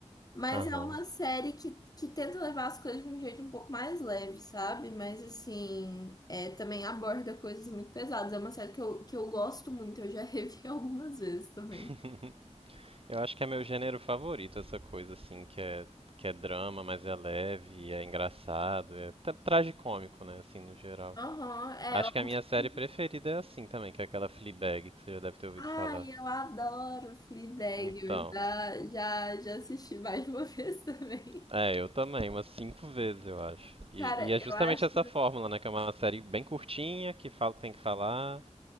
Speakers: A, on the left (about 30°); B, on the right (about 50°).
A: Mas
B: aham.
A: é uma série que, que tenta levar as coisas de um jeito um pouco mais leve, sabe? Mas assim, é, também aborda coisas muito pesadas. É uma série que eu, que eu gosto muito, eu já revi <laughs> algumas vezes também.
B: <laughs> Eu acho que é meu gênero favorito, essa coisa, assim, que é, que é drama, mas é leve, é engraçado, é tra- tragicômico, né, assim, no geral.
A: Aham, é,
B: Acho
A: eu acho.
B: que a minha série preferida é assim também, que é aquela Fleabag, que você já deve ter ouvido
A: Ai,
B: falar.
A: eu adoro Fleabag.
B: Então,
A: Eu já, já, já assisti mais de uma <laughs> vez também.
B: É, eu também, umas cinco vezes, eu acho. E,
A: Cara,
B: e é
A: eu
B: justamente
A: acho.
B: essa fórmula, né? Que é uma série bem curtinha, que fala o que tem que falar